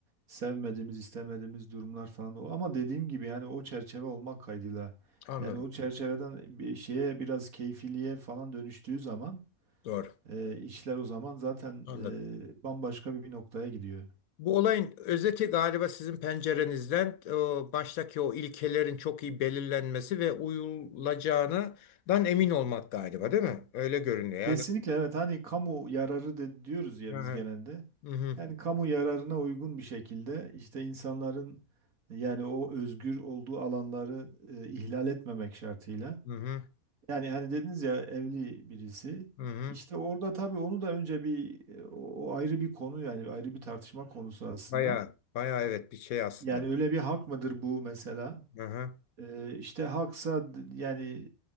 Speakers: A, on the right (about 80°); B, on the left (about 80°).
A: sevmediğimiz, istemediğimiz durumlar falan o ama dediğim gibi yani o çerçeve olmak kaydıyla
B: Anladım.
A: yani o çerçeveden bir şeye biraz keyfiliğe falan dönüştüğü zaman
B: Doğru.
A: e, işler o zaman zaten
B: Anladım.
A: e, bambaşka bir noktaya gidiyor.
B: Bu olayın özeti galiba sizin pencerenizden e, baştaki o ilkelerin çok iyi belirlenmesi ve uyulacağından emin olmak galiba değil mi? Öyle görünüyor.
A: Kesinlikle
B: Yani
A: evet hani kamu yararı de diyoruz ya
B: hı
A: biz genelde.
B: hı hı
A: Yani kamu yararına uygun bir şekilde işte insanların yani o özgür olduğu alanları e, ihlal etmemek şartıyla.
B: hı
A: Yani hani dediniz ya evli birisi.
B: hı hı.
A: İşte
B: hı.
A: orada tabii onu da önce bir e, o o ayrı bir konu yani ayrı bir tartışma konusu aslında.
B: Bayağı bayağı evet bir şey aslında.
A: Yani öyle bir hak mıdır bu mesela?
B: Hı hı,
A: E, işte haksa d- yani